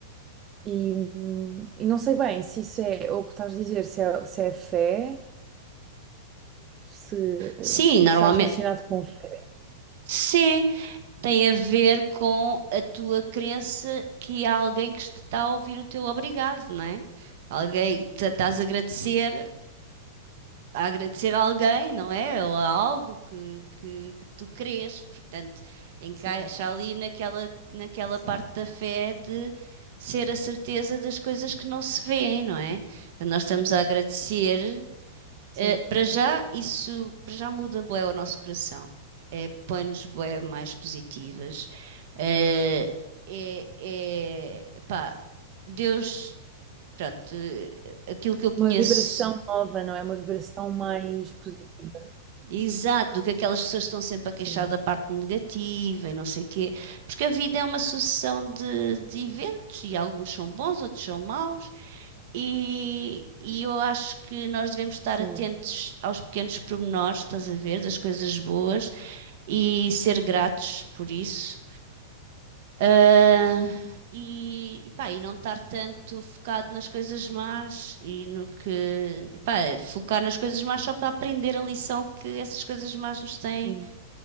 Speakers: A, on the right; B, on the right.
A: E, hum, e não sei bem se isso é o que estás a dizer, se é, se é fé, se eh,
B: Sim,
A: está
B: normalmente.
A: relacionado com fé.
B: Sim. Tem a ver com a tua crença que há alguém que te está a ouvir o teu obrigado, não é? Alguém que estás a agradecer, a agradecer a alguém, não é? Ou a algo que, que, que tu crês. Portanto, encaixa
A: Sim, sim,
B: ali
A: sim.
B: naquela, naquela
A: Sim.
B: parte da fé de ser a certeza das coisas que não se vêem, não é? Portanto, nós estamos a agradecer.
A: Sim.
B: eh, para já, isso para já muda bué o nosso coração planos bué mais positivas. Eh, é, é, pá, Deus, pronto, eh, aquilo que eu conheço
A: Uma vibração nova, não é? Uma vibração mais positiva.
B: exato, do que aquelas pessoas estão sempre a
A: Sim,
B: queixar da parte negativa e não sei quê, porque a vida é uma sucessão de, de eventos e alguns são bons, outros são maus. E, e eu acho que nós devemos estar
A: sim,
B: atentos aos pequenos pormenores, estás a ver, das coisas boas e ser gratos por isso Ah, e, pá, e não estar tanto focado nas coisas más e no que, pá, focar nas coisas más só para aprender a lição que essas coisas más nos têm
A: sim,